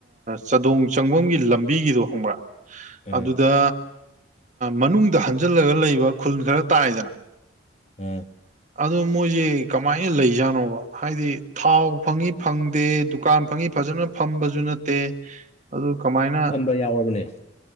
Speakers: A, on the right; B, on the left.
A: ꯆꯥꯗꯣꯡ ꯆꯪꯐꯝꯒꯤ ꯂꯝꯕꯤꯒꯤꯗꯣ ꯈꯪꯕ꯭ꯔꯥ
B: ꯑꯥ
A: ꯑꯗꯨꯗ ꯃꯅꯨꯡꯗ ꯍꯟꯖꯜꯂꯒ ꯂꯩꯕ ꯈꯨꯜ ꯈꯔ ꯇꯥꯏꯗꯅ
B: ꯎ
A: ꯑꯗꯨ ꯃꯣꯏꯖꯦ ꯀꯃꯥꯏꯅ ꯂꯩꯖꯥꯠꯅꯣꯕ ꯍꯥꯏꯗꯤ ꯊꯥꯎ ꯐꯪꯏꯤ ꯐꯪꯗꯦ ꯗꯨꯀꯥꯟ ꯐꯪꯉꯤ ꯐꯖꯅ ꯐꯝꯕꯁꯨ ꯅꯠꯇꯦ ꯑꯗꯨ ꯀꯃꯥꯏꯅ
B: ꯀ ꯌꯥꯎꯕꯅꯦ